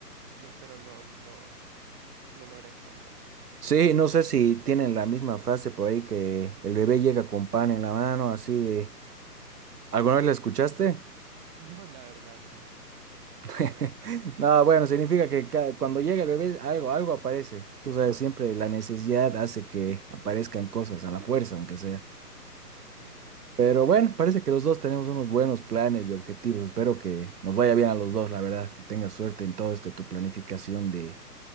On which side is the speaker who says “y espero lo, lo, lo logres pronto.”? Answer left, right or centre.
Centre